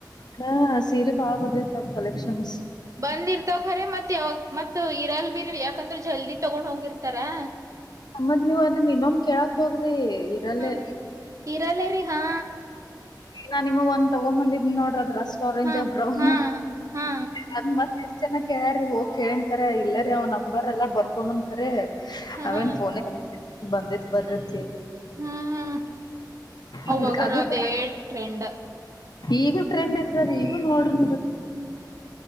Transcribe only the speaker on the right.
ಬಂದಿರ್ತವಖರ ಮತ್ತೆ ಯಾವಾಗ ಮತ್ ಇರಲ್ ಬಿೀರ್ ಯಾಕಂದ್ರೆ ಜಲ್ದಿ ತಗೊಂಡ್ ಹೋಗಿರ್ತಾರಾ
ಹ್ಮ ಇರಲ್ಲೇರಿ ಹಾ
ಹಾ
ಹಾ ಹಾ
ಹಾ
ಹಾ
ನೋಡ್ ಹ್ಮ್
ಅವಾಗರ
ಅದೇ ಟ್ರೆಂಡ್.
ಹ್ಮ್